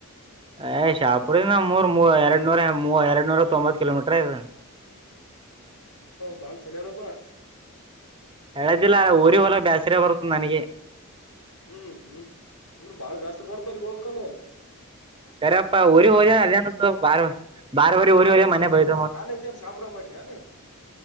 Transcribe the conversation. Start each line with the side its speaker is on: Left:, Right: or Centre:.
Right: ಯ್ ಶಾಪುರ ನ ಮೂರ ಮೂ ಎರಡ್ ನೂರ ಮೂ ಎರಡ್ ನೂರ ತೊಂಬತ್ ಕಿಲೋಮೀಟ್ರ ಐದ
Left: ಬಾಳ್ ಸಾನಿ ಅದಪ್ಪಾ
Right: ಎಳತಿಲ್ಲ ಊರಿ ಹೊಲೆ ಬೇಸರ ಪರತನಗೆ
Left: ಹ್ಮ್ ಹ್ಮ್ ಅಂದ್ರ ಬಾಳ ಬ್ಯಸ್ರು ಬರ್ದ ಅಲ್ಲಿಗ್ ಹೋಗ್ಬೇಕಕ್ಂದ್ರ
Right: ಅರೆ ಪಾ ಊರಿ ಹಜೆ ಅದನು ಬಾರ ಬಾರ ಬಾರಿ
Left: ಕಾಲೇ
Right: ಓರಿ ಹೊೆ ಮನೆ ಭೈ ತ ಮ
Left: ಕಾಲೇಜ್ ಏನ್ ಶಾಪುರಾಗ ಮಾಡಿರ ಏನ್